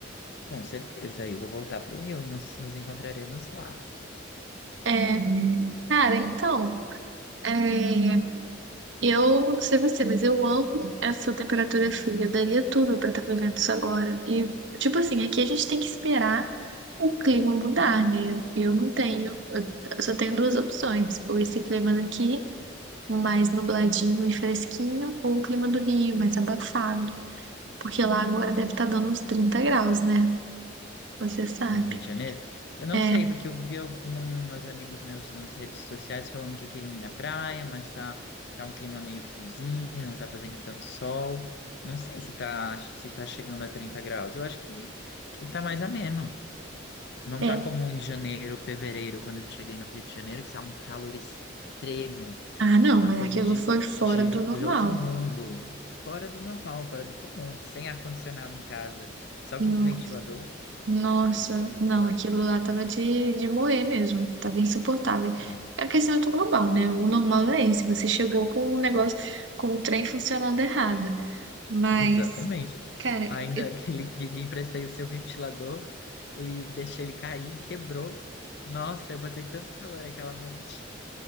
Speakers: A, on the left (about 55°); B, on the right (about 65°).
A: Com certeza, eu vou voltar para o Rio e nos, nos encontraremos lá,
B: É, cara, então, é, eu não sei você, mas eu amo essa temperatura fria. Eu daria tudo pra estar vivendo isso agora. E, tipo assim, aqui a gente tem que esperar o clima mudar, né? Eu não tenho, eu só tenho duas opções: ou esse clima daqui, mais nubladinho e fresquinho, ou o clima do Rio, mais abafado. Porque lá agora deve estar dando uns 30 graus, né? Você sabe.
A: no Rio de Janeiro. Eu não
B: É,
A: sei, porque eu vi alguns amigos meus nas redes sociais falando que queriam ir na praia, mas tá, tá um clima meio friozinho, não tá fazendo tanto sol. Não sei se tá, se tá chegando a 30 graus. Eu acho que, que tá mais ameno. Não
B: é.
A: tá como em janeiro, fevereiro, quando eu cheguei no Rio de Janeiro, que tá um calor extremo.
B: Ah, não,
A: Uma
B: mas
A: coisa
B: aquilo
A: de,
B: foi fora
A: de,
B: do normal.
A: de outro mundo, fora do normal, fora do comum, sem ar-condicionado em casa, só
B: Não.
A: com um ventilador.
B: Nossa, não,
A: Foi,
B: aquilo lá tava de, de morrer mesmo, tava insuportável.
A: foi,
B: É um aquecimento global, né? O normal é esse, você chegou com o negócio, com o trem funcionando errado. Mas,
A: exatamente.
B: cara,
A: Ainda
B: eu-
A: aquele gig, emprestei o seu ventilador e deixei ele cair, quebrou. Nossa, eu passei tanto calor aquela noite,